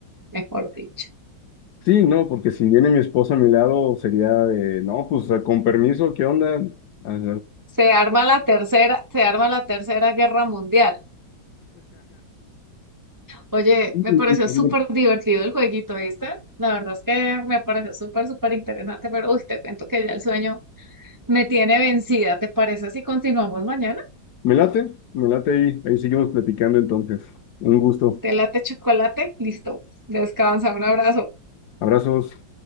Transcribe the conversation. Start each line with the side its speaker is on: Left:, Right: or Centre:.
Right: mejor dicho?
Left: sí, no, porque si viene mi esposa a mi lado, sería de, no, pues con permiso, ¿qué onda? Ah,
Right: Se arma la tercera, se arma la tercera guerra mundial. Oye,
Left: <laughs>
Right: me pareció súper
Left: <laughs>
Right: divertido el jueguito, ¿viste? La verdad es que me pareció súper, súper interesante, pero uy, te cuento que ya el sueño me tiene vencida. ¿Te parece si continuamos mañana?
Left: Me late, me late ahí. Ahí seguimos platicando entonces. Un gusto.
Right: Te late chocolate, listo. Descansa, un abrazo.
Left: Abrazos.